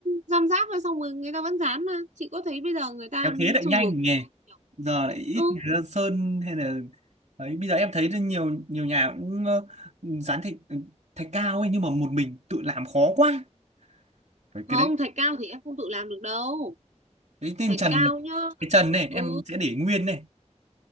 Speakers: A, on the right; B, on the right.
A: răm ráp thôi xong rồi người ta vẫn dán mà chị có thấy bây giờ người ta
B: kéo thế lại
A: xu
B: nhanh
A: hướng
B: nhỉ
A: dán nhiều.
B: giờ lại ít
A: ừ
B: người ra sơn hay là ấy bây giờ em thấy nhiều nhiều nhà cũng ờ, dán thạch thạch cao ấy nhưng mà một mình tự làm khó quá phải
A: không
B: cái đấy
A: thạch cao thì em không tự làm được đâu
B: cái tên
A: thạch
B: trần
A: cao nhá
B: cái trần này em
A: ừ
B: sẽ để nguyên này